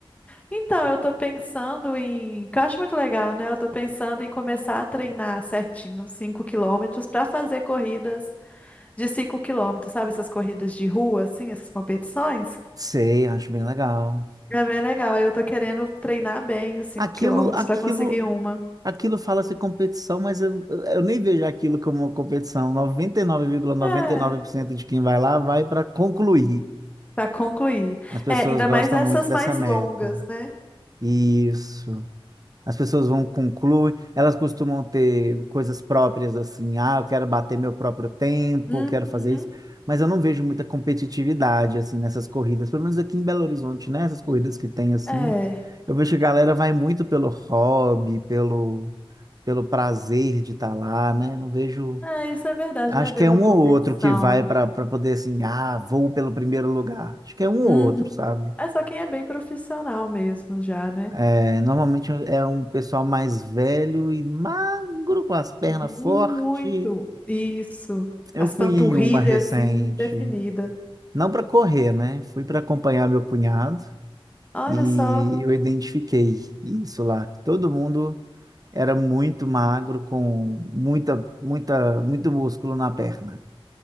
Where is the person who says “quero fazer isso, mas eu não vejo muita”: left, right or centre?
Right